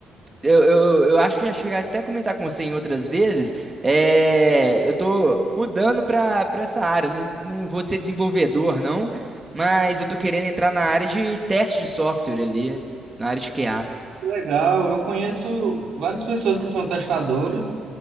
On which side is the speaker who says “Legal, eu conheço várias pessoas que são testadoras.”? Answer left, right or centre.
Right